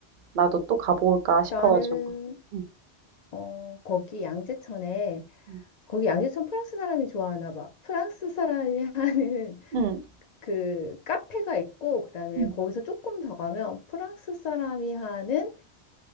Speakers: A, on the right (about 55°); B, on the left (about 55°).
A: 나도 또 가볼까 싶어
B: 나는,
A: 가지고. 응.
B: 어, 거기 양재천에,
A: 응
B: 거기 양재천 프랑스 사람이 좋아하나 봐. 프랑스 사람이 <laughs> 하는
A: 응.
B: 그 카페가 있고 그다음에
A: 응
B: 거기서 조금 더 가면 프랑스 사람이 하는